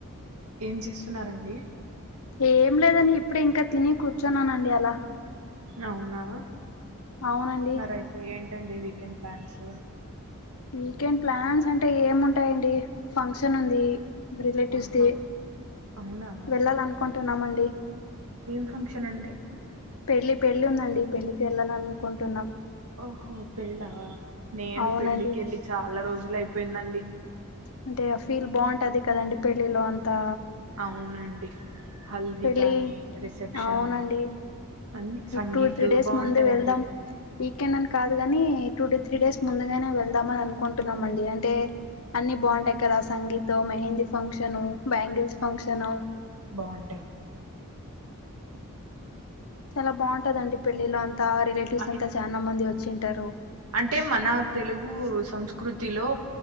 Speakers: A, on the right; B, on the left.
A: ఏం చేస్తున్నారండి
B: ఏం లేదండి ఇప్పుడే ఇంకా తిని కూర్చున్నానండి అలా
A: అవునా
B: అవునండి
A: మరి అయితే ఏంటండి వీకెండ్ ప్లాన్స్
B: వీకెండ్ ప్లాన్స్ అంటే ఏం ఉంటాయండి ఫంక్షన్ ఉంది రిలేటివ్స్ది
A: ఆహా అవునా
B: వెళ్ళాలనుకుంటున్నామండి
A: ఏం ఫంక్షన్ అండి
B: పెళ్ళి పెళ్ళి ఉందండి పెళ్ళికి వెళ్ళాలనుకుంటున్నాం
A: ఓహో పెళ్ళ నేను
B: అవునండి
A: పెళ్ళికెళ్ళి చాలా రోజులు అయిపోయిందండి
B: అంటే ఆ ఫీల్ బాగుంటది కదండి పెళ్ళిలో అంతా
A: అవునండి హల్దీ
B: పెళ్ళి
A: గానీ రిసెప్షను
B: అవునండి
A: అన్ని సంగీతు
B: టూ త్రీ డేస్
A: బాగుంటాయండి
B: ముందు వెళ్దాం వీకెండ్ అని కాదు కాని టూ టు త్రీ డేస్ ముందుగానే వెళ్దామని అనుకుంటున్నామండి అంటే అన్ని బాగుంటాయి కదా sangeet mehndi function bangles function
A: బావుంటాయి
B: చాలా బాగుంటదండి పెళ్ళిలో అంతా రిలేటివ్స్
A: ఆయన
B: అంతా చాలా మంది వచ్చింటారు
A: అంటే మన తెలుగు సంస్కృతిలో